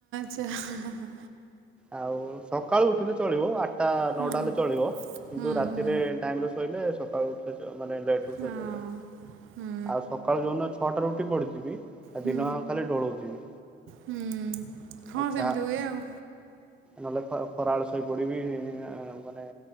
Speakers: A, on the right; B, in the centre.
A: ସେ ହେ ହେ ହେ।
B: ଆଉ ସକାଳୁ ଉଠିଲେ ଚଳିବ ଆଠ ଟା
A: ହଁ
B: ନଅଟା ହେଲେ ଚଳିବ। କିନ୍ତୁ
A: ହୁଁ
B: ରାତିରେ
A: ହୁଁ
B: ଟାଇମ ରେ ଶୋଇଲେ ସକାଳୁ ଉଠିଲେ ଚ ମାନେ ଲେଟରେ ଉଠିଲେ
A: ହଁ
B: ଚଳିବ।
A: ହୁଁ
B: ଆଉ ସକାଳୁ ଯୋଉଦିନ ଛଅଟାରୁ ଉଠି ପଡିଥିବି ଆ
A: ହୁଁ
B: ଦିନଆଙ୍କ ଖାଲି ଢ଼ୋଳଉଥିବି
A: ହୁଁ ହଁ
B: ଆ ଖା
A: ସେମିତି ହୁଏ ଆଉ
B: ନହେଲେ ଖ ଖରାବେଳେ ଶୋଇପଡିବି ଇ ମାନେ